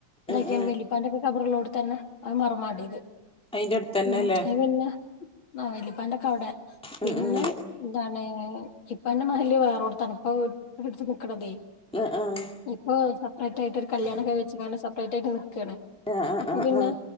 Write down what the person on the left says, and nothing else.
ഇതാക്കിയാണ്ട്
വല്ലിപ്പാന്റെ ഓക്കെ കബറുള്ളോട്ത്ത് തന്നെ അത് മറമാടി ഇത്.
മ് അയ് പിന്നെ ആ വലിപ്പാന്റെക്കെ അവിടെ,
പിന്നെ
എന്താണ് <unintelligible> ഇപ്പാന്റെ മഹല്ല് വേറോട്ത്താണ്. പ്പ ഇട്ത്ത് നിക്ക്ണതേ
ഇപ്പൊ റേറ്റ് ആയ്ട്ട് ഒരു കല്യാണൊക്കെ വെച്ച് ക്കാണ്ട് സെപ്പറേറ്റ് ആയ്ട്ട് നിക്കാണ്.
അപ്പൊ
പിന്നെ